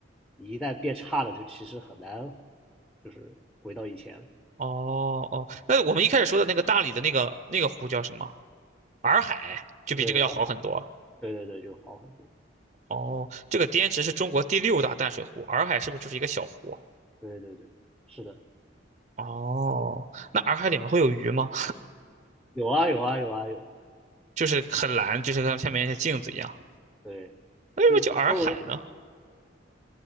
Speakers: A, in the centre; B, on the right.
A: 一旦变差了，就其实很难就是回到以前了。
B: 哦哦，那我们一开始说的那个大理的那个那个湖叫什么？洱海就比这个要好很多。
A: 对，对对对，就好很多。
B: 哦，这个滇池是中国第六大淡水湖，洱海是不是就是一个小湖？
A: 对对对，是的，
B: 哦，那洱海里面会有鱼吗？
A: 有啊有啊有啊有啊，
B: 就是很蓝，就是它下面像镜子一样。
A: 对，
B: 为什么叫洱海呢？
A: 就周围